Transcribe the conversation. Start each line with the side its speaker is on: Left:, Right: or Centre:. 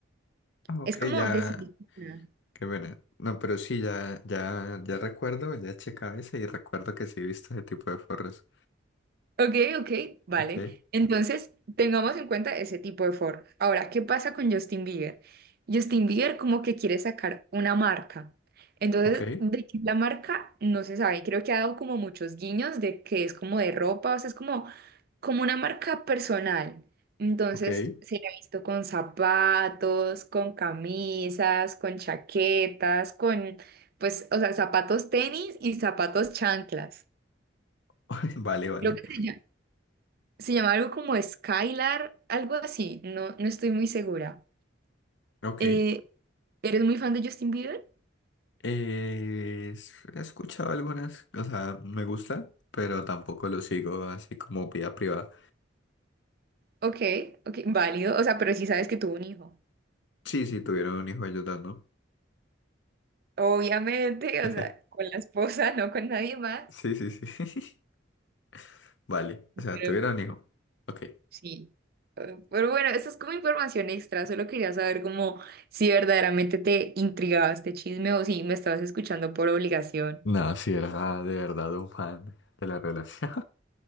Left: Ah, Ok,
Right: Es como
Left: ya,
Right: de silicona.
Left: Qué pena. No, pero sí, ya, ya, ya recuerdo, ya he checado ese y recuerdo que sí he visto ese tipo de forros.
Right: Ok, ok, vale.
Left: Ok,
Right: Entonces, tengamos en cuenta ese tipo de forma. Ahora, ¿qué pasa con Justin Bieber? Justin Bieber como que quiere sacar una marca. Entonces,
Left: ok,
Right: de qué es la marca no se sabe. Creo que ha dado como muchos guiños de que es como de ropa, o sea, es como, como una marca personal. Entonces,
Left: ok.
Right: se la ha visto con zapatos, con camisas, con chaquetas, con, pues, o sea, zapatos tenis y zapatos chanclas.
Left: <laughs> Vale, vale.
Right: Creo que se se llama algo como Skylar, algo así, no, no estoy muy segura.
Left: Ok.
Right: Eh, ¿eres muy fan de Justin Bieber?
Left: Eh, s- he escuchado algunas, o sea, me gusta, pero tampoco lo sigo así como vida privada.
Right: Ok, ok, válido, o sea, pero sí sabes que tuvo un hijo.
Left: Sí, sí, tuvieron un hijo ellos dos, ¿no?
Right: Obviamente,
Left: <laughs>
Right: o sea, con la esposa, no con nadie más.
Left: Sí, sí, sí. <laughs> Vale, o sea,
Right: Pero
Left: tuvieron un hijo. Ok.
Right: sí, pero bueno, eso es como información extra, solo quería saber como si verdaderamente te intrigaba este chisme o si me estabas escuchando por obligación.
Left: No, sí, era de verdad un fan de la relación.